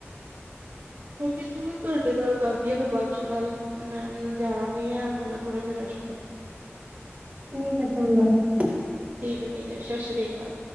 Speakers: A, on the right (about 55°); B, on the right (about 30°).
A: <unintelligible> ਚਲੋ ਤੁਆਡੇ ਨਾਲ ਕਰਦੀ ਆ ਮੈਂ ਬਾਅਦ ਚੋਂ ਗਲ। ਮੈਨੂੰ ਜਾਣਾ ਵੀ ਹੈ ਤਾਂ ਮੈਂ ਥੋੜਾ ਜਿਹਾ ਰੈਸਟ ਕਰ
B: ਠੀਕ ਹੈ ਚਗਾਂ ਜੀ।
A: ਠੀਕ ਏ ਠੀਕ ਏ, ਸਤਿ ਸ਼੍ਰੀ ਅਕਾਲ।